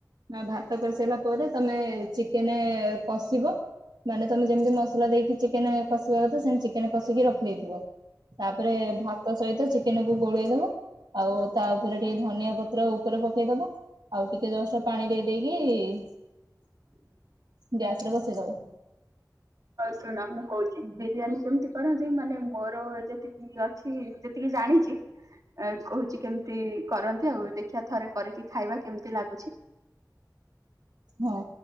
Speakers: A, on the right (about 80°); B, on the right (about 50°).
A: ନା ଭାତ <unintelligible> ପରେ ତମେ ଚିକେନ କଷିବ ମାନେ ତମେ ଯେମତି ମସଲା ଦେଇକି ଚିକେନ କ କଷିବା କଥା ସେମ ଚିକେନ କଷିକି ରଖିଦେଇଥିବ। ତାପରେ ଭାତ ସହିତ ଚିକେନକୁୁ ଗୋଳେଇଦବା ଆଉ ତା ଉପରେ ଟିକେ ଧନିଆ ପତ୍ର <inaudible> ପକେଇଦବା ଆଉ ଟିକେ ଜଷ୍ଟ ପାଣି ଦେଇ ଦେଇ ଗ୍ୟାସ ର ବସେ <unintelligible>
B: ହଉ ଶୁଣ ମୁଁ କହୁଛି ବିରିୟାନୀ କେମତି କରନ୍ତି ମାନେ ମୋର ଯେତିକି ଅଛି ଯେତିକି ଜାଣିଛି କହୁଛି କେମତି କରନ୍ତି ଆଉ ଦେଖିବା ଥରେ କରିକି ଖାଇବା କେମିତି ଲାଗୁଛି।
A: ହଁ